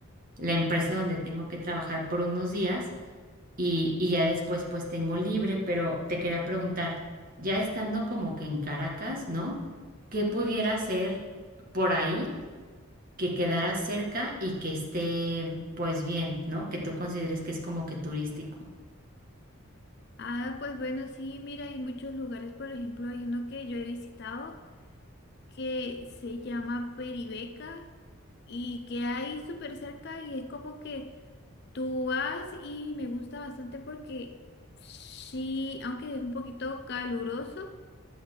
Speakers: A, on the right; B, on the left.
A: la empresa donde tengo que trabajar por unos días y, y ya después pues tengo libre, pero te quería preguntar, ya estando como que en Caracas, ¿no? ¿Qué pudiera hacer por ahí que quedara cerca y que esté pues bien, ¿no? Que tú consideres que es como que turístico.
B: Ah, pues bueno, sí, mira, hay muchos lugares, por ejemplo, hay uno que yo he visitado que se llama Peribeca y que hay súper cerca y es como que tú vas y me gusta bastante porque sí, aunque es un poquito caluroso,